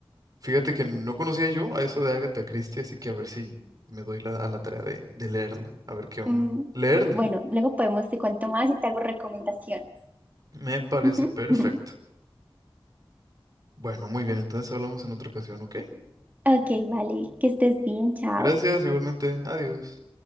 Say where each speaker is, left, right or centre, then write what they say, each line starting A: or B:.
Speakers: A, on the right; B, on the right.
A: Fíjate que no conocía yo a eso de Agatha Christie, así que a ver si me doy la- a la tarea de, de leerlo, a ver qué onda.
B: Mm,
A: Leerla.
B: Bueno, luego podemos te cuento más y te hago recomendaciones.
A: Me parece
B: Ujú.
A: perfecto.
B: <laughs>
A: Bueno, muy bien, entonces hablamos en otra ocasión, ¿ok?
B: Ok, vale, que estés bien, chao.
A: Gracias, igualmente. Adiós.